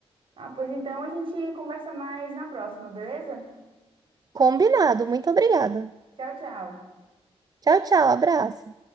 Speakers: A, on the right; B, on the right.
A: Ah, pois então a gente conversa mais na próxima, beleza?
B: Combinado, muito obrigada.
A: Tchau, tchau.
B: Tchau, tchau, abraço.